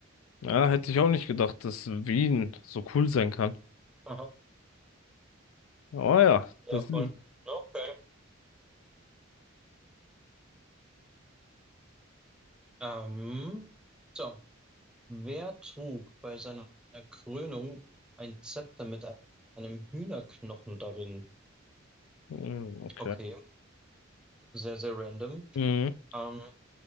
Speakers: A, on the left (about 80°); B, in the centre.
A: Ja, hätte ich auch nicht gedacht, dass Wien so cool sein kann.
B: Aha,
A: Oh ja,
B: ja,
A: das sind.
B: voll. Okay. Ähm, so, wer trug bei seiner Krönung ein Zepter mit einem Hühnerknochen darin?
A: Mhm, Okay.
B: Okay, sehr, sehr random.
A: Mhm.
B: Ähm,